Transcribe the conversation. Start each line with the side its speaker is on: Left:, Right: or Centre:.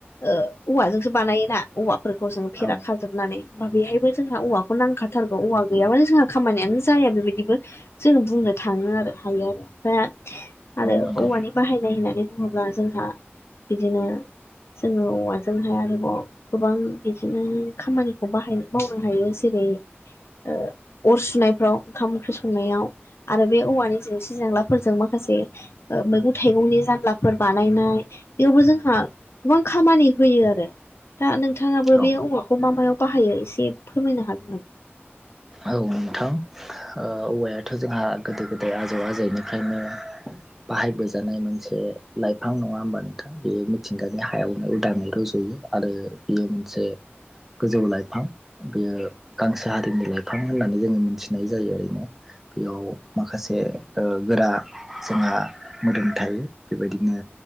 Left: ओ औवाजोंसो बानायोना औवाफोरखौ जों फेरा
Centre: औ
Left: खाजोबनानै हाय बेहायबो जोंहा औवाखौ खौ नांखाथारगौ औवा गैयाबानो जोंहा खामानियानो जाया बेबायदिबो जोंङो बुंनो थाङो आरो <unintelligible> बाहायनाय
Centre: नंगौ
Left: होननानै बुङोब्ला जोंहा बिदिनो जोङो औवाजोंहाय आरोबाव गोबां बिदिनो खामानिखौ बाहाय मावनो हायो जेरै ओ अर सुनायफ्राव ओंखाम ओंख्रि संनायाव आरो बे औवानि जेंसि जेंलाफोरजों माखासे ओ मैगं थाइगंनि जानलाफोर बानायनाय बेयावबो जोंहा गोबां खामानि होयो आरो दा नोंथाङाबो
Centre: औ
Left: बे औवाखौ मा मायाव बाहायो एसे फोरमायनो हागोन नामा?
Centre: औ नोंथां ओ औवायाथ' जोंहा गोदो गोदाय आजौ आजौनिफ्रायनो बाहायबोजानाय मोनसे लाइफां नङा होमबा नोंथां बेयो मिथिंगानि हायावनो उदाङै रज'यो आरो बियो मोनसे गोजौ लाइफां बेयो गांसो हारिनि लाइफां फां होननानै जोङो मिथिनाय जायो ओरैनो बेयाव माखासे ओ गोरा जोंहा मोदोम थायो बेबायदिनो